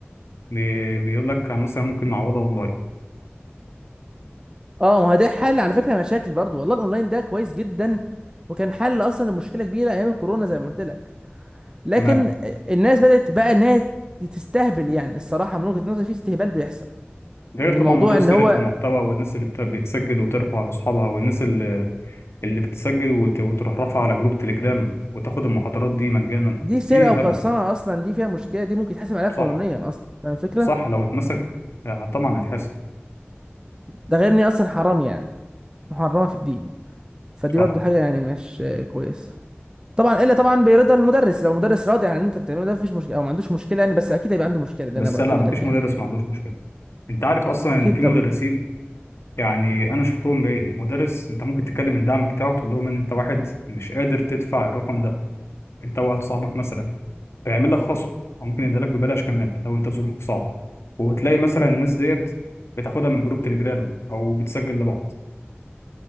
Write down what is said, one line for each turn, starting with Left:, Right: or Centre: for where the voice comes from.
Left: بي- بيقول لك مثلا ممكن نعوضها اونلاين
Right: اه ما هو ده حل على فكره مشاكل برضو والله الاونلاين ده كويس جدا وكان حل اصلا لمشكله كبيره ايام الكورونا زي ما قلت لك لكن
Left: تمام
Right: الناس بدات بقى انها تستهبل يعني الصراحه من وجهه نظري في استهبال بيحصل
Left: ده غير
Right: ان
Left: طبعا
Right: موضوع
Left: موضوع
Right: ان
Left: سيرة
Right: هو
Left: المحتوى والناس اللي بت- بتسجل وترفع لاصحابها والناس اللي بتسجل وت- وتروح رافعه على جروب تليجرام وتاخد المحاضرات دي مجانا
Right: دي سرقه
Left: في
Right: وقرصنه
Left: هبل
Right: اصلا دي فيها مشكله دي ممكن تحاسب عليها قانونيا
Left: صح
Right: اصلا فاهم الفكره
Left: صح لو اتمسك آه، طبعا هيتحاسب
Right: ده غير ان هي اصلا حرام يعني محرمه في الدين فدي
Left: صح
Right: برضه حاجه يعني مش آه، كويسه طبعا الا طبعا بيرضى المدرس لو المدرس راضي عن اللي انت بتعمله ده مفيش مشكله او ما عندوش مشكله يعني بس اكيد هيبقى عنده مشكله ده
Left: بس
Right: انا باكد
Left: لا مفيش
Right: لك يعني
Left: مدرس ما عندوش مشكله انت عارف اصلا
Right: اكيد
Left: ان في
Right: طبعا
Left: مدرسين يعني انا شفتهم بعيني مدرس انت ممكن تكلم الدعم بتاعه تقول لهم ان انت واحد مش قادر تدفع الرقم ده انت واحد صاحبك مثلا فيعمل لك خصم او ممكن يديلك ببلاش كمان لو انت ظروفك صعبه وتلاقي مثلا
Right: امم
Left: الناس ديت بتاخدها من جروب تليجرام او بتسجل لبعض